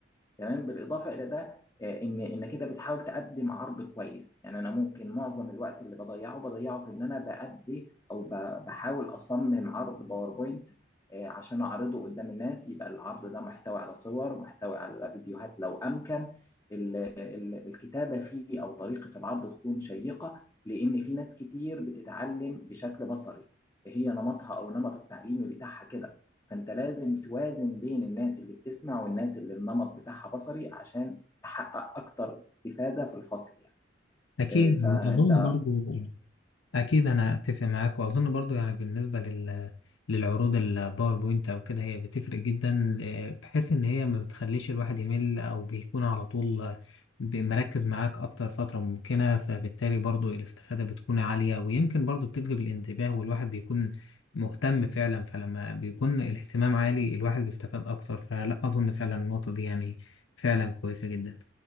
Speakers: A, on the left (about 15°); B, on the left (about 85°).
A: تمام بالاضافه الى ده آه، ان ان كده بتحاول تقدم عرض كويس يعني انا ممكن معظم الوقت اللي بضيعه بضيعه في ان انا بأدي او ب- بحاول اصمم عرض باوربوينت آه، عشان اعرضه قدام الناس يبقى العرض ده محتوي على صور محتوي على فيديوهات لو امكن ال- ال- الكتابه فيه او طريقه العرض تكون شيقه لان في ناس كتير بتتعلم بشكل بصري هي نمطها او نمط التعليمي بتاعها كده فانت لازم توازن بين الناس اللي بتسمع والناس اللي النمط بتاعها بصري عشان تحقق اكتر استفادة في الفصل يعني
B: أكيد
A: آه، فانت
B: وأظن برضو أكيد أنا أتفق معاك وأظن برضو يعني بالنسبة لل للعروض الباوربوينت أو كده هي بتفرق جدا ل- بحيث إن هي ما بتخليش الواحد يمل أو بيكون على طول ب- مركز معاك أكتر فترة ممكنة فبالتالي برضو الاستفادة بتكون عالية ويمكن برضو بتجذب الانتباه والواحد بيكون مهتم فعلا فلما بيكون الاهتمام عالي الواحد بيستفاد أكتر فلا أظن فعلا النقطة دي يعني فعلا كويسة جدا